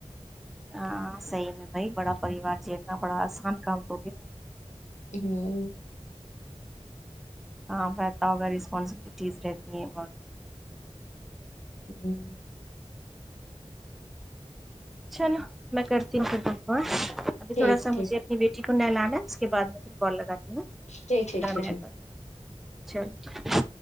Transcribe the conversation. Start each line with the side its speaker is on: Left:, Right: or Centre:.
Centre: ہاں صحیح میں بھائی بڑا پریوار جیلنا بڑا آسان کام تو گے میں
Left: ہوں
Centre: ہاں بتا ہوگا رسپانسبلیٹیز رہتی ہیں بقت
Left: ہوں
Centre: چلو میں کرتیین کرر ب کو ابھی
Left: ٹھیک
Centre: تھوڑا ساجھے
Left: ٹھیک
Centre: اپنی بیٹی ن لانا اس کے بع میں کال لگاتی ہوں
Left: ٹھیک ٹھیک
Centre: پندرہ
Left: ٹھیک
Centre: منٹ
Left: ٹھیک
Centre: بعد چلو